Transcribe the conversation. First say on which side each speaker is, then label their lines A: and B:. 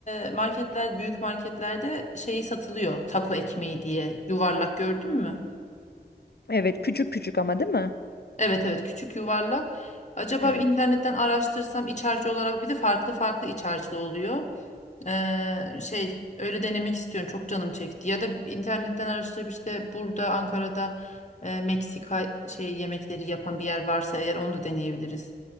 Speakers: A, on the left; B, on the left.
A: e, marketler büyük marketlerde şeyi satılıyor taco ekmeği diye yuvarlak gördün mü?
B: Evet küçük küçük ama değil mi?
A: Evet evet küçük yuvarlak. Acaba
B: Evet.
A: bir internetten araştırsam iç harcı olarak bir de farklı farklı iç harcı da oluyor. Eee, şey öyle denemek istiyorum. Çok canım çekti. Ya da internetten araştırıp işte burada Ankara'da eee, Meksika şey yemekleri yapan bir yer varsa eğer onu da deneyebiliriz.